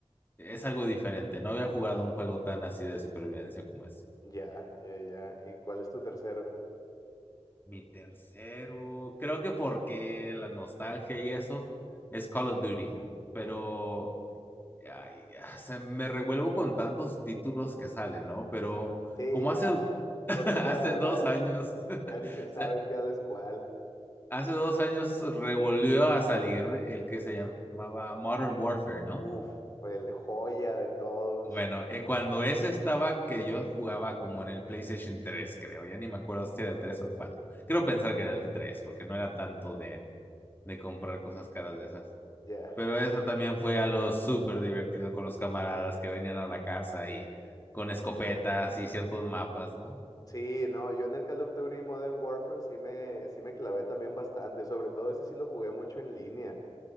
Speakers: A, on the left; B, on the left.
A: Es algo diferente. No había jugado un juego tan así de supervivencia como ese.
B: Ya, ya, ya. ¿Y cuál es tu tercero?
A: Mi tercero, creo que porque la nostalgia y eso es Call of Duty, pero
B: Mm,
A: ay, ya, se me revuelvo con tantos títulos que salen, ¿no? Pero
B: Sí,
A: como
B: ya.
A: hace,
B: <laughs>
A: <laughs>
B: Ahorita
A: hace
B: ya,
A: dos años, <laughs> o
B: Ya ni se sabe
A: sea,
B: quién es cuál.
A: hace dos años revolvió a salir el que se llamaba Modern Warfare, ¿no?
B: Uf, el joya de todos.
A: Bueno, eh, cuando ese estaba que yo jugaba como en el PlayStation 3, creo, ya ni me acuerdo si era el 3 o el 4. Creo pensar que era el 3, porque no era tanto de, de comprar cosas caras de esas.
B: Ya.
A: Pero eso también fue algo súper divertido con los camaradas que venían a la casa y con escopetas y ciertos mapas, ¿no?
B: Sí, no, yo en el Call of Duty Modern Warfare sí me, sí me clavé también bastante. Sobre todo ese sí lo jugué mucho en línea.